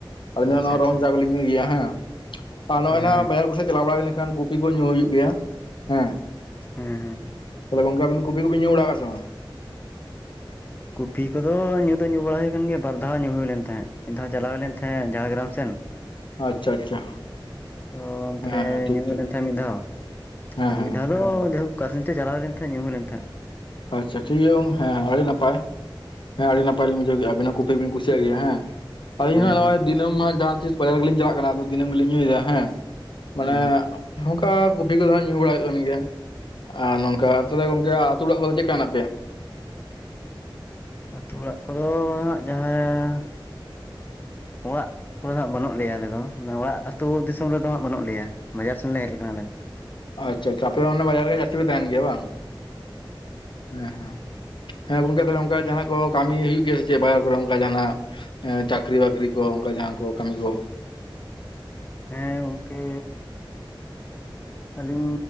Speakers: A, on the left (about 65°); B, on the left (about 20°).
A: ᱟᱞᱤᱧ ᱫᱚ
B: ᱟᱪᱪᱷᱟ
A: ᱱᱚᱣᱟ ᱨᱚᱝ
B: ᱟᱪᱪᱷᱟ ᱦᱮᱸ
A: ᱪᱟ ᱵᱟᱹᱞᱤᱧ ᱧᱩᱭ ᱜᱮᱭᱟ ᱦᱮᱸ, ᱟᱨ ᱱᱚᱜ-ᱚᱭ
B: ᱦᱮᱸ
A: ᱱᱟ ᱵᱟᱡᱟᱨ ᱠᱚᱥᱮᱡ ᱪᱟᱞᱟᱣ ᱵᱟᱲᱟ ᱦᱩᱭ ᱞᱮᱝ ᱠᱟᱱ ᱠᱩᱯᱷᱤ ᱠᱚ ᱧᱩ ᱦᱩᱭᱩᱜ ᱜᱮᱭᱟ ᱦᱮᱸ
B: ᱦᱮᱸ ᱦᱮᱸ ᱦᱮᱸ
A: ᱛᱚᱵᱮ ᱜᱚᱝᱠᱮ ᱟᱹᱵᱤᱱ ᱠᱩᱯᱤ ᱠᱩᱵᱤᱱ ᱧᱩ ᱵᱟᱲᱟᱣ ᱟ ᱥᱮ ᱵᱟᱝ?
B: ᱠᱩᱯᱷᱤ ᱠᱚᱫᱚ ᱧᱩ ᱫᱚ ᱧᱩ ᱵᱟᱲᱟ ᱦᱩᱭ ᱠᱟᱱ ᱜᱮᱭᱟ ᱵᱟᱨ ᱫᱷᱟᱣ ᱧᱩ ᱦᱩᱭ ᱞᱮᱱ ᱛᱟᱦᱮᱸᱫ ᱢᱤᱫ ᱫᱷᱟᱣ ᱪᱟᱞᱟᱣ ᱦᱩᱭ ᱞᱮᱱ ᱛᱟᱦᱮᱸᱫ ᱡᱷᱟᱲᱜᱨᱟᱢ ᱥᱮᱱ
A: ᱟᱪᱪᱷᱟ ᱟᱪᱪᱷᱟ
B: ᱛᱚ ᱚᱱᱛᱮ
A: ᱦᱮᱸ ᱦᱮᱸ
B: ᱨᱮ
A: ᱴᱷᱤᱠ
B: ᱧᱩ
A: ᱴᱷᱤᱠ
B: ᱦᱩᱭ ᱞᱮᱱ ᱛᱟᱦᱮ ᱢᱤᱫ ᱫᱷᱟᱣ
A: ᱦᱮᱸ
B: ᱟᱨ
A: ᱦᱮᱸ
B: ᱢᱤᱫ ᱫᱷᱟᱣ ᱫᱚ ᱡᱟᱭᱦᱳᱠ ᱠᱟ ᱥᱮᱱ ᱪᱚ ᱪᱟᱞᱟᱣ ᱞᱮᱱ ᱛᱟᱦᱮᱸᱜ ᱧᱩ ᱦᱩᱭ ᱞᱮᱱ ᱛᱟᱦᱮᱸᱜ᱾
A: ᱟᱪᱪᱷᱟ ᱴᱷᱤᱠ ᱜᱮᱭᱟ ᱜᱚᱝ ᱦᱮᱸ ᱟᱹᱰᱤ ᱱᱟᱯᱟᱭ ᱦᱮᱸ ᱟᱹᱰᱤ ᱱᱟᱯᱟᱭ ᱞᱤᱧ ᱵᱩᱡᱷᱟᱹᱣ ᱠᱮᱜ-ᱟ ᱟᱵᱤᱱ ᱦᱚᱸ ᱠᱩᱯᱤ ᱵᱤᱱ ᱠᱩᱥᱤᱭᱟᱜ ᱜᱮᱭᱟ ᱦᱮᱸ ᱟᱞᱤᱧ
B: ᱦᱮᱸ
A: ᱦᱚᱸ ᱱᱚᱜᱼᱚᱭ
B: ᱦᱮᱸ
A: ᱫᱤᱟᱹᱢ ᱦᱟᱸᱜᱟᱸ ᱡᱟᱦᱟ ᱛᱤᱥ ᱵᱟᱡᱟᱨ ᱜᱮᱞᱤᱧ ᱪᱟᱞᱟᱜ ᱠᱟᱱᱟ ᱟᱫᱚ ᱫᱤᱱᱟᱹᱢ ᱜᱮᱞᱤᱧ ᱧᱩᱭᱮᱫᱟ ᱦᱮᱸ ᱢᱟᱱᱮ
B: ᱦᱮᱸ ᱦᱮᱸ
A: ᱦᱚᱝᱠᱟ ᱠᱩᱯᱤ ᱠᱚᱫᱚ ᱦᱟ ᱧᱩ ᱵᱟᱲᱟ ᱦᱩᱭᱩᱜ ᱠᱟᱱ ᱜᱮᱭᱟ, ᱟᱨ ᱱᱚᱝᱠᱟ ᱛᱟᱦᱞᱮ ᱜᱚᱝᱠᱮ ᱟᱹᱛᱩ ᱚᱲᱟᱜ ᱠᱚᱨᱮ ᱪᱮᱫᱠᱟ ᱦᱮᱱᱟᱜ ᱯᱮᱭᱟ?
B: ᱟᱹᱛᱩ ᱚᱲᱟᱜ ᱠᱚᱫᱚ ᱦᱟᱸᱜ ᱡᱟᱦᱟᱸ ᱚᱲᱟᱜ ᱠᱚᱨᱮ ᱫᱚ ᱦᱟᱸᱜ ᱵᱟᱹᱱᱩᱜ ᱞᱮᱭᱟ ᱟᱞᱮ ᱫᱚ ᱢᱚᱲᱟᱜ ᱟᱹᱛᱩ ᱫᱤᱥᱚᱢ ᱨᱮᱫᱚ ᱦᱟᱸᱜ ᱵᱟᱹᱱᱩᱜ ᱞᱮᱭᱟ ᱵᱟᱡᱟᱨ ᱥᱮᱱᱞᱮ ᱦᱮᱡ ᱟᱠᱟᱱᱟ ᱟᱞᱮ ᱫᱚ᱾
A: ᱟᱪᱪᱷᱟ ᱟᱪᱪᱷᱟ ᱟᱯᱮ ᱫᱚ ᱚᱱᱟ ᱵᱟᱡᱟᱨ ᱜᱮ ᱡᱟᱹᱥᱛᱤ ᱯᱮ ᱛᱟᱦᱮᱱ ᱜᱮᱭᱟ ᱵᱟᱝ? ᱦᱮᱸ ᱦᱮᱸ ᱦᱮᱸ ᱜᱚᱝᱠᱮ ᱛᱟᱦᱚᱞᱚᱝ ᱚᱱᱠᱟ ᱡᱟᱦᱟᱱᱟᱜ ᱠᱚ ᱠᱟᱹᱢᱤ ᱦᱩᱭᱩᱜ ᱜᱮᱭᱟ ᱥᱮ ᱪᱮᱫ ᱵᱟᱡᱟᱨ ᱠᱚᱨᱮ ᱚᱱᱠᱟ ᱡᱟᱦᱟᱱᱟᱜ? ᱮᱸ ᱪᱟᱠᱨᱤ ᱵᱟᱠᱨᱤ ᱠᱚ ᱚᱱᱠᱟ ᱡᱟᱦᱟᱸ ᱠᱚ ᱠᱟᱹᱢᱤ ᱠᱚ
B: ᱦᱮᱸ ᱜᱚᱝᱠᱮ ᱟᱹᱞᱤᱧ